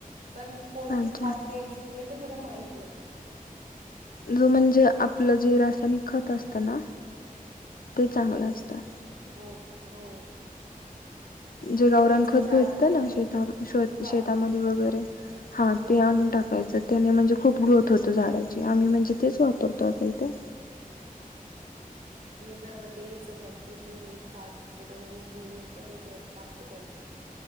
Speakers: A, on the right; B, on the left.
A: पण कोणती
B: अच्छा
A: खाद देईल हे पण मला माहित नाही
B: म्हणजे जे आपलं जे रासायनिक खत असत ना ते चांगलं असतं
A: जे हो क- हो
B: जे
A: मी
B: गावरान
A: तर हेच विचार
B: खत भेटतं
A: करते
B: ना श
A: गा
B: शेतामध्ये वगैरे हा
A: हो
B: ते
A: हो
B: आणून
A: हो
B: टाकायचं
A: हो
B: त्याने म्हणजे खूप ग्रोथ होतो झाडाची आम्ही म्हणजे तेच वापरतो आता इथे
A: मी पण आता तेच बघते की मी खाद कुठं मी घेऊन येते आणि ते टाकते त्यांच्यात